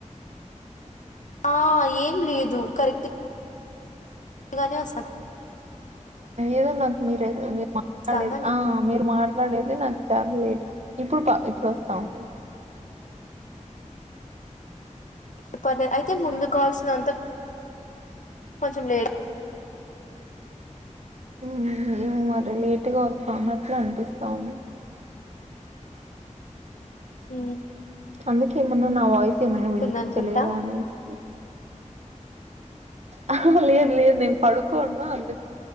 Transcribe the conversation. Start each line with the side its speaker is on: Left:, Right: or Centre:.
Left: ఆ ఏం లేదు కరెక్ట్ గానే వస్త
Right: ఏదో నాకు మీరు మీరు మాట్లాడేది
Left: వస్తాందా
Right: ఆ మీరు మాట్ మాట్లాడేది నాకు చాలా లేట్ ఇప్పుడు ఇప్పుడు వస్తా ఉంది
Left: ప్పతే ముందు కావాల్సిన అంత కొంచెం లేట్
Right: మేము మరి లేట్గా వస్తాన్నట్లు అనిపిస్తా ఉంది
Left: ఉ
Right: అందకేమన్నా నా మైనా వినింపించలేదా
Left: అనుకుంటా
Right: అనేసి అ లేదు లేదు పడుకోన్న అందు